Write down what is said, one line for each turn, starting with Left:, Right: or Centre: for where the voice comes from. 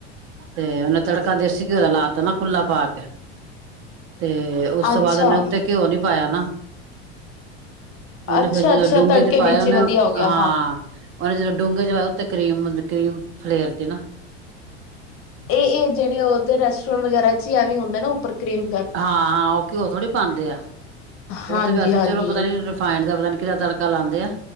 Right: ਤੇ ਉਹਨੇ ਤੜਕਾ ਦੇਸੀ ਘਿਓ ਦਾ ਲਾਤਾ ਨਾ ਖੁੱਲਾ ਪਾ ਕੇ। ਤੇ ਉਸ
Left: ਅੱਛਾ
Right: ਤੋਂ ਬਾਅਦ ਉਹਨੇ ਉੱਤੇ ਘਿਓ ਨੀ ਪਾਇਆ ਨਾ। ਉਹਨੇ
Left: ਅੱਛਾ
Right: ਫੇਰ ਜਦੋਂ
Left: ਅੱਛਾ
Right: ਡੂੰਘੇ
Left: ਤੜਕੇ
Right: ਚ ਪਾਇਏਆ
Left: ਵਿੱਚ
Right: ਉਹਨੇ
Left: ਹੀ ਵਧੀਆ ਹੋ ਗਿਆ
Right: ਹਾਂ। ਉਹਨੇ ਜਦੋਂ ਡੂੰਘੇ ਜਵਾਇਆ ਉਤੇ ਕਰ੍ਰੀਮਬ ਕਰੀਮ ਫਲੇਰਤੀ ਨਾ।
Left: ਇਹ ਜਿਹੜੇ ਉਧਰ ਰੈਸਟੋਰੈਂਟ ਵਗੈਰਾ ਚ ਹੀ ਵੀ ਹੁੰਦੇ ਨਾ ਉਪਰ ਕਰ੍ਰੀਮ।
Right: ਹਾਂ- ਹਾਂ ਉਹ ਘਿਓ ਥੋੜੀ ਪਾਉਂਦੇ ਆ। ਉਹ
Left: ਹਾਂਜੀ
Right: ਤੇ ਵੈਸੇ
Left: ਹਾਂਜੀ
Right: ਚਲੋ ਪਤਾ ਨੀ। ਰਿਫਾਇੰਡ ਦਾ ਪਤਾ ਨੀ ਕਿੜਾ ਤੜਕਾ ਲਾਂਦੇ ਆ।